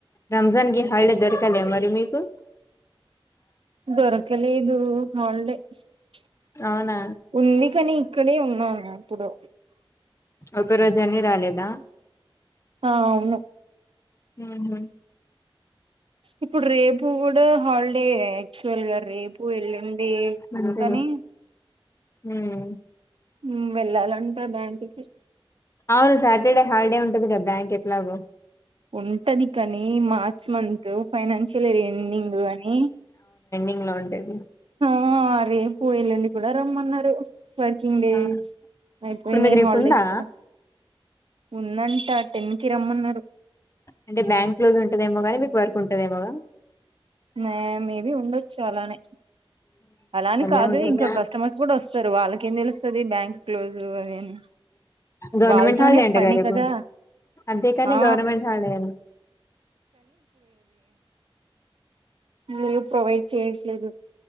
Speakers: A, on the left; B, on the right.
A: రంజాన్ గిన బయట దొరకాలే మరి మీకు
B: దొరకలేదు హాలిడే <inaudible>
A: అవునా
B: ఉంది. కాని ఇక్కడే ఉన్నాను ఇప్పుడు
A: ఒక రోజు ఆని రాలేదు. దా
B: ఆ అవును
A: ఉహ్
B: ఇప్పుడు రేపు కూడా హల్ డే యాక్చువల్గా రేపు ఎల్లుండి
A: అంతేలే.
B: కానీ
A: ఉమ్,
B: ఉమ్ వెళ్లాలంట బ్యాంకు కి
A: అవును. సాటర్డే హాలిడే ఉంటదిగా బ్యాంక్ ఎట్లాగో
B: ఉంటది. కానీ March month financial year ending అని
A: <unintelligible> ఏవీ
B: ఆ రేపు ఎల్లుండి కూడా రమ్మన్నారు. వర్కింగ్ డేస్
A: ఆ
B: అయిపోయినాయి.
A: ఇప్పుడు మీకు రేపు
B: హాలిడేస్
A: ఉందా
B: కూడా ఉందంట టెన్ కి రమ్మన్నారు
A: అంటే బ్యాంక్ క్లోజ్ ఉంటదేమో గాని మీక్ వరకు ఉంటదేమోగా
B: మే మే బి ఉండొచ్చు. అలానే అలాని
A: అదే
B: కాదు
A: ఉంటుంది
B: ఇంకా కస్టమర్స్ కూడా వోస్తారు. వాళ్ళకేం తెలుస్తది. బ్యాంక్ క్లోజ్ అది అని
A: గవర్నమెంట్
B: వాళ్ళతోనే
A: హాలడే అంటగా
B: పని
A: రేపు
B: కదా
A: అంతే కాని
B: ఆ
A: గవర్నమెంట్ హాలడే గాదా
B: ఏం ప్రొవైడ్ చేయట్లేదు.